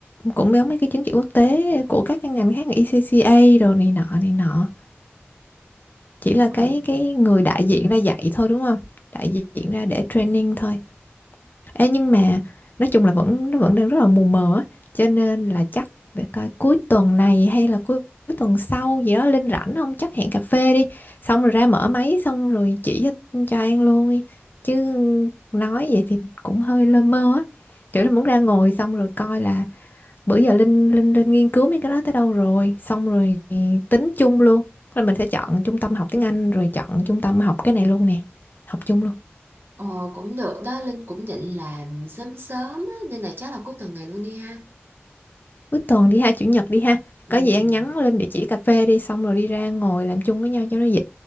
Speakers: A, on the left; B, on the right.
A: cũng giống mấy cái chứng chỉ quốc tế của các cái ngành khác như ECCA đồ này nọ này nọ. Chỉ
B: đúng
A: là cái
B: rồi
A: cái người đại diện ra dạy thôi đúng không? Đại diện ra để training thôi. Ê, nhưng mà nói chung là vẫn nó vẫn đang rất là mù mờ á cho nên là chắc để coi cuối tuần này hay là cuối, cuối tuần sau gì đó Linh rảnh không chắc hẹn cà phê đi xong rồi ra mở máy xong rồi chỉ cho, cho An luôn đi. chứ nói vậy thì cũng hơi lơ mơ á kiểu là muốn ra ngồi xong rồi coi là bữa giờ Linh Linh Linh nghiên cứu mấy cái đó tới đâu rồi xong rồi tính chung luôn là mình sẽ chọn trung tâm học tiếng Anh rồi chọn trung tâm học cái này luôn nè học chung luôn
B: Ờ cũng được đó Linh cũng định làm sớm sớm á, nên là chắc là cuối tuần này luôn đi ha
A: cuối tuần đi ha chủ nhật đi ha
B: ừ,
A: có gì ăn
B: ừ.
A: nhắn lên địa chỉ cà phê đi xong rồi đi ra ngồi làm chung với nhau cho nó dễ